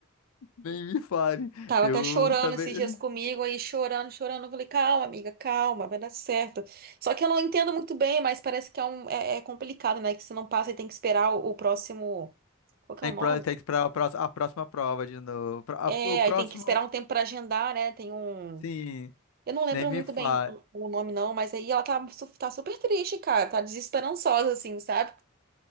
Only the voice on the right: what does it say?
Tava
até chorando
esses dias comigo, aí chorando, chorando. Eu falei, calma, amiga, calma, vai dar certo. Só que eu não entendo muito bem, mas parece que é, um, é, é complicado, né? Que se não passa, aí tem que esperar o, o próximo. Qual que
é o nome?
É,
aí tem que esperar um tempo pra agendar, né? Tem um.
Eu não lembro
muito
bem o, o nome, não, mas aí ela tá, su- tá super triste, cara. Tá desesperançosa, assim, sabe?